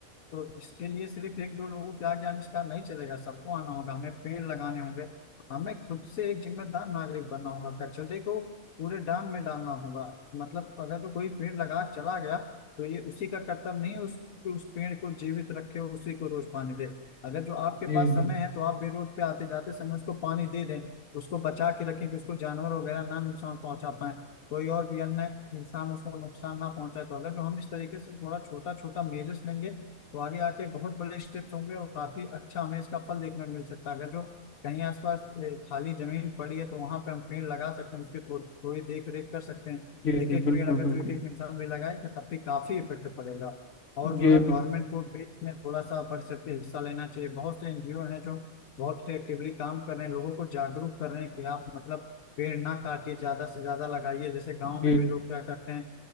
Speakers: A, on the left; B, on the left.
A: तो इसके लिए सिर्फ एक दो लोगों के आगे आविष्कार नहीं चलेगा सबको आना होगा हमें पेड़ लगाने होंगे हमें खुद से एक जिम्मेदार नागरिक बनना होगा कचरे को पूरे डांग में डालना होगा मतलब अगर तो कोई पेड़ लगा चला गया तो ये उसी का कर्तव्य नहीं है, उस उस पेड़ को जीवित रखे उसी को रोज पानी दे अगर जो आपके
B: जी
A: पास समय
B: जी
A: है तो आप भी रोड पे आते जाते समय उसको पानी दे दें उसको बचा के रखें कि उसको जानवर वगैरह ना नुकसान पहुंचा पाए कोई और भी अन्य इंसान उसको नुकसान ना पहुंचाए तो अगर जो हम इस तरीके से थोड़ा छोटा छोटा मेजर्स लेंगे तो आगे आके बहुत बड़े स्टेप्स होंगे और काफी अच्छा हमें इसका फल देखने को मिल सकता है अगर जो कहीं आसपास ए, खाली जमीन पड़ी है तो वहां पे हम पेड़ लगा सकते हैं उसकी थो, थोड़ी देख रेख कर सकते हैं
B: जी
A: एक
B: जी
A: एक
B: बिल्कुल
A: पेड़ अगर जो
B: बिल्कुल
A: एक एक इंसान भी लगाएगा तब भी काफी इफेक्ट पड़ेगा और
B: जी
A: जो है गवर्नमेंट
B: बिल्कुल
A: को भी इसमें थोड़ा सा बढ़ सकते हिस्सा लेना चाहिए बहुत से एनजीओ हैं जो बहुत एक्टिवली काम कर रहे हैं लोगों को जागरूक कर रहे हैं कि आप मतलब पेड़ ना काटिए ज्यादा से ज्यादा लगाइए जैसे गांव
B: जी
A: में भी लोग क्या करते हैं